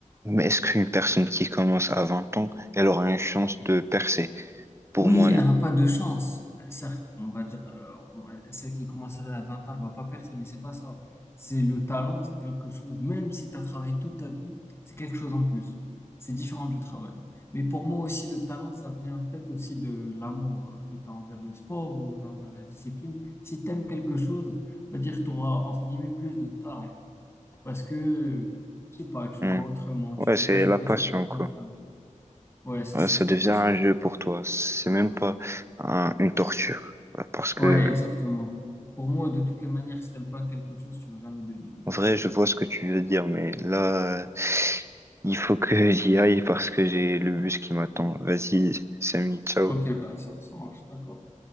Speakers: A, on the right (about 20°); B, on the left (about 20°).
A: mais est-ce qu'une personne qui commence à 20 ans, elle aura une chance de percer? Pour
B: Oui,
A: moi, non.
B: elle n'a pas de chance. Euh, Certes, on va dire, euh, on- celle qui commence à 20 ans, elle va pas percer, mais c'est pas ça. C'est le talent, c'est quelque chose, même si tu as travaillé toute ta vie, c'est quelque chose en plus. C'est différent du travail. Mais pour moi aussi, le talent, ça vient peut-être aussi de l'amour euh, que tu as envers le sport ou tu as envers la discipline. Si tu aimes quelque chose, on va dire, tu auras, entre guillemets, plus de talent. Parce que, je sais pas, tu
A: Hmm.
B: le vois autrement,
A: Ouais,
B: tu fais
A: c'est
B: pas juste
A: la
B: les
A: passion,
B: choses par
A: quoi.
B: contrainte. Ouais, c'est
A: Ouais,
B: ça,
A: ça
B: c'est
A: devient
B: la passion.
A: un jeu pour toi. C'est même pas un- une torture. Ouais, Parce que,
B: Ouais, exactement. Pour moi, de toutes les manières, si t'aimes pas quelque chose, tu vas jamais devenir le meilleur.
A: en vrai,
B: de-
A: je vois ce que tu veux dire, mais là, euh, il faut que j'y aille parce que j'ai le bus qui m'attend. Vas-y, Samy, ciao.
B: Ok, bah, ça, ça marche, d'accord.